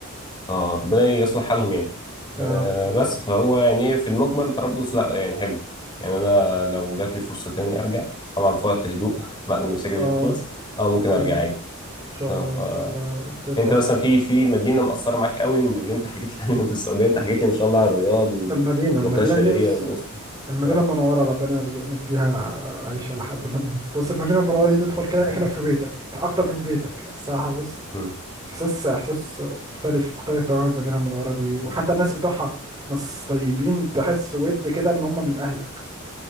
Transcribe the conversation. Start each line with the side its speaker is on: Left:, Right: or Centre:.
Left: اه ربنا
Right: أم،
Left: يصلح حالهم يعني
Right: يا
Left: آه
Right: رب أم،
Left: بس فهو يعني إيه، في المجمل طرابلس لا يعني حلو يعني انا لو جات لي فرصه تاني ارجع طبعا في وقت هدوء <laughs> بعد ما المشاكل
Right: اه
Left: دي تخلص اه ممكن
Right: ان شاء
Left: ارجع
Right: الله
Left: عادي
Right: ان شاء
Left: اه
Right: الله ان شاء الله ترجع
Left: فانت مثلا في في مدينه مأثره معاك قوي من اللي انت حكيت لي عليهم في السعوديه انت حكيت لي ما شاء الله على الرياض والمنطقه
Right: المدينه المدينه
Left: الشرقيه
Right: دي بس
Left: والوسطى
Right: المدينة
Left: اه
Right: المنورة ربنا يرزقني فيها عيشة لحد ما نموت بص المدينة المنورة دي تدخل كده
Left: يا
Right: أكنك
Left: رب
Right: في بيتك أكتر من بيتك الصراحة بص
Left: مم.
Right: إحساس إحساس مختلف مختلف تماما المدينة المنورة دي وحتى الناس بتوعها ناس طيبين تحس ود كده إن هم من أهلك